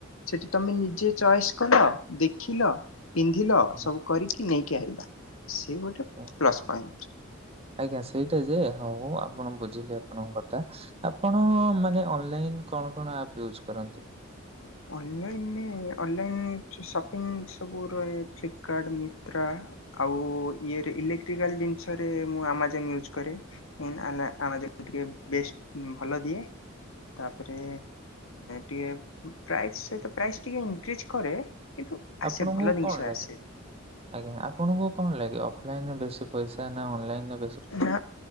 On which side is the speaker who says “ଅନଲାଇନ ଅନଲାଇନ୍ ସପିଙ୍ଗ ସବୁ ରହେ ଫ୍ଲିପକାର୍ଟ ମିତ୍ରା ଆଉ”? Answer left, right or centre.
Left